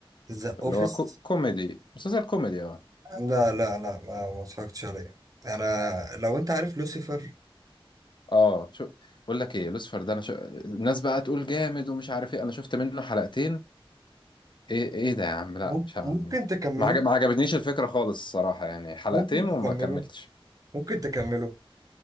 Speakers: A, on the right (about 40°); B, on the left (about 55°).
A: ذا
B: اللي
A: اوفيس
B: هو كو... كوميدي مسلسل كوميدي اه
A: لا لا لا ما ما اتفرجتش عليه انا لو انت عارف لوسيفر
B: اه شو بقول لك ايه لوسيفر ده انا شو... الناس بقى تقول جامد ومش عارف ايه انا شفت منه حلقتين ايه ايه ده يا عم لا
A: ممكن
B: مش عارف
A: ممكن تكمله
B: ما عجب... ما عجبتنيش الفكرة خالص الصراحة يعني حلقتين
A: ممكن تكمله
B: وما كملتش
A: ممكن تكمله